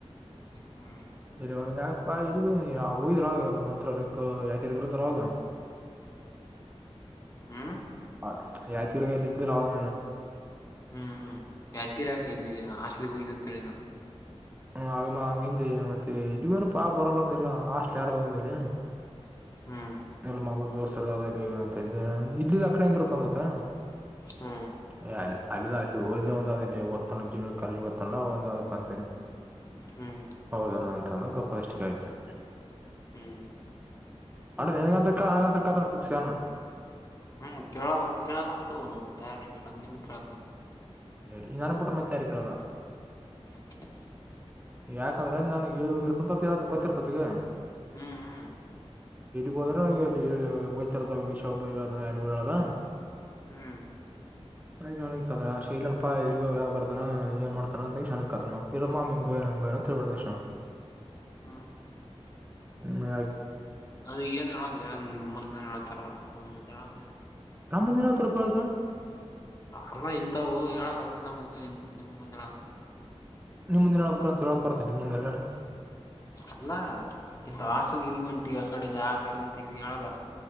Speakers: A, on the left; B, on the right.
A: ಹ್ಮ್
B: ಇ ಒ ಯಾಕಪ್ಪ ಇಲ್ಲಿಗ ಹಯ್ದ್ರಾಗ ಮಂತ್ರಕ್ಕ ಯಾ ಇರ್ತ್ತಾರ ಅವಾಗ
A: ಹ್ಮ್
B: ಹ ಯಾತಿರ ಲಿದ್ದಲ್ಲ ಅವಾಗ
A: ಹ್ಮ್ ಹ್ಮ್ ಯಾದ್ಗಿರ್ಯಗ ಇಲ್ಲಿ ಹಾಸ್ಲಿಗ್ ಹೋಗನ ಅಂತ ಹೇಳಿನಲ್
B: ಹ ಆಮ್ಮ ಹಂಗಂಯ ಮತ್ತೆ ಇಲ್ವೇನು ಪಾ ಬರಲ್ಲಂದ ಎಲ್ಲಾ ಹಾಸ್ಟ್ಲ್ ಯಾರದ ಒಂದಲ್ಲಿ
A: ಹ್ಮ್
B: ಎಲ್ಲ ಮಹಮ್ಮದ್ ಜೋಸ್ತರ್ ಇಡಂತ ಇಿದ್ದ ಅ ಕಡೆ ಹೆಂಗಿರುತ್ತ ಅಂದತ್ತ ಹ
A: ಹ್ಮ್
B: ಅ ಅಲ್ಲ ಅ ಇಲ್ಲಿ ಹದ್ದ ಒಂದಲ್ಲಿ ಒತ್ತ ಜೀವನ ಕ ತ್ತಲ್ಲ ಒಂದ ಪ
A: ಹ್ಮ್
B: ಹೌದಣ ಅಂತ ಅಂದ್ರ ಗಪ್ಪ ಅಷ್ಟಿಕ ಆಯ್ತು
A: ಹ್ಮ್
B: ಅ್ರ ನೆನಗಂತ ನನಂತ ಫಿಕ್ಸ್
A: ಹ್ಮ್ ಕೇಳ ನಮಗ್ ಕೇಳಲ್ಲ ಅಂತ ಹ ಬೇಾರೆ ಕೇಳ ನಿಮಗ್ ಕೇಳತ
B: ಈ ನಾನ ಪಟ ಮ ತಯಾರಿಕಲ್ಲ
A: <inaudible>
B: ಯಾಕಂದ್ರೆ ನನ್ಗ್ ಇಳುವ ಇರ್ತ ಅಂತ ಕೊಚ್ಚಿರ್ತತ್ಗ
A: ಹ್ಮ್ ಹ್ಮ್
B: ಹೋದ್ರಲ್ಲಿ ಗಚ್ಚಾರದ ವಿಬ್ಬಿ ಯಾರಿಗಡಲ್ಲ
A: ಹ್ಮ್
B: ಅ ನ ಇಲ್ಲನಪ್ಪಾ ಇಲ್ಲಿಗ ಯ ಬರ್ತಾನ ಏನ್ ಮಾಡ್ತಾನ ಅತಮ್ಮಿ ಗೋ ಗೋ ಡ್ತಾ
A: ಹ್ಮ
B: ಹ್ಮ
A: ಅ ಈಗಏನ್ ಹೇಳದ ನಿಮ್ ಮುಂದೆ ಹೇಳಳ್ತಾರವರ ನಮ ಮುಂದೆ ಹೇಳ
B: ನಮ್ಮ ಮುಂದಿನ ಹತ್ರಪ್ಪ
A: ಅಲ್ಲ ಇಂತವು ಹೇಳಲ್ಲಂದ ನಮ್ಗ್ ಹ ಮುಂದಳ
B: ನಿಮ ಮುಂದೆನ ಅಂತ ಹೇಳಕ್ ಬತೆ ನಿಮ ಮುಂದೆಲ್ಲ
A: ಅಲ್ಲಾ ಇಂತ ಹಾಸ್ಟೆಲ್ ಇದೀ ಒಂಟಿ ಆ ಕಡೆಲಿ ಆಕ ಎಲ್ಲಂತ ಗ ಹೇಳಲ್ಲ